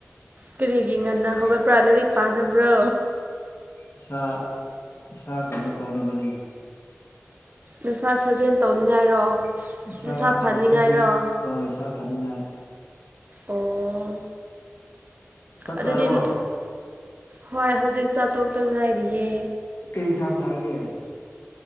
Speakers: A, on the right (about 35°); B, on the left (about 55°).
A: ꯀꯔꯤꯒꯤ ꯉꯟꯅ ꯍꯧꯒꯠꯄ꯭ꯔꯥ ꯂꯥꯏꯔꯤꯛ ꯄꯥꯅꯕ꯭ꯔꯣ
B: ꯏꯁꯥ ꯏꯁꯥ ꯀꯩꯅꯣ ꯇꯧꯅꯕꯅꯦ
A: ꯅꯁꯥ ꯁꯥꯖꯦꯜ ꯇꯧꯅꯤꯡꯉꯥꯏꯔꯣ
B: ꯏꯁꯥ
A: ꯅꯁꯥ ꯐꯅꯤꯡꯉꯥꯏꯔꯣ
B: ꯀꯤꯡ ꯏꯁꯥ ꯐꯅꯤꯡꯉꯥꯏ
A: ꯑꯣ
B: ꯆꯥꯛ
A: ꯑꯗꯨꯗꯤꯟ
B: ꯆꯥꯔꯕꯣ
A: ꯍꯣꯏ ꯍꯧꯖꯤꯛ ꯆꯥꯊꯣꯛꯇ ꯉꯥꯏꯔꯤꯌꯦ
B: ꯀꯩ ꯏꯟꯁꯥꯡ ꯆꯥꯔꯒꯦ